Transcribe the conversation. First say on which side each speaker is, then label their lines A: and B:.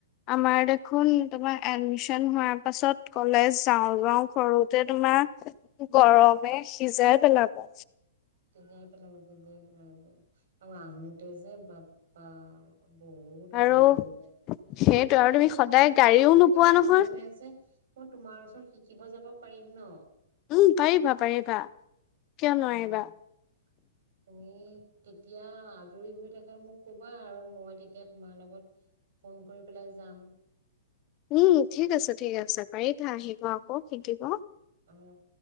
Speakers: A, on the left (about 30°); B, on the right (about 65°).
A: আমাৰ দেখোন তোমাৰ এডমিচন হোৱাৰ পাছত কলেজ যাওঁ যাওঁ কৰোতে তোমাৰ গৰমে সিজাই পেলাব।
B: সিজাই পেলাব, সিজাই পেলাব বাৰু আৰু আহোঁতে যে বাপ্পা বহুত অশান্তি
A: আৰু
B: হৈ যায়,
A: সেইটো
B: কিন্তু
A: আৰু
B: পিছে
A: তুমি সদায়
B: এইকেইদিন
A: গাড়ীও নোপোৱা
B: যদি বন্ধ
A: নহয়
B: হৈ আছে মই তোমাৰ ওচৰত শিকিব যাব পাৰিম ন?
A: উম পাৰিবা -পাৰিবা। কিয় নোৱাৰিবা
B: উম তুমি তেতিয়া আজৰি হৈ থাকা মোক কবা আৰু মই তেতিয়া তোমাৰ লগত ফোন কৰি পেলাই যাম।
A: উম, ঠিক আছে, ঠিক আছে, পাৰিবা আহিবা আকৌ শিকিব।
B: অ অ